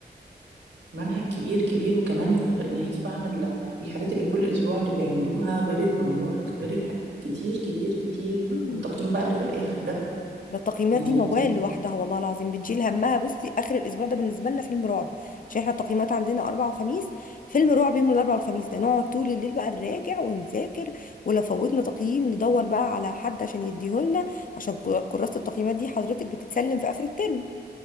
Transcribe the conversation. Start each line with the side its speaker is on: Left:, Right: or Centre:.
Right: منهج كبير كبير وكمان غ- ناهيك بقى عن ال- الحاجات اللي كل اسبوع اللي بيعملوها غير الهوم وورك غير الح... كتير كتير كتير
Left: عام
Right: والتقييم بقى اللي في الاخر ده
Left: ده التقييمات
Right: يعني
Left: دي موال
Right: بجد
Left: لوحدها والله العظيم بنشيل همها بصي اخر الاسبوع ده بالنسبه لنا فيلم رعب عشان احنا التقييمات عندنا اربع وخميس فيلم رعب يوم الاربع والخميس ده نقعد طول الليل بقى نراجع ونذاكر ولو فوتنا تقييم ندور بقى على حد عشان يديهولنا عشان كرا- كراسه التقييمات دي حضرتك بتتسلم في اخر الترم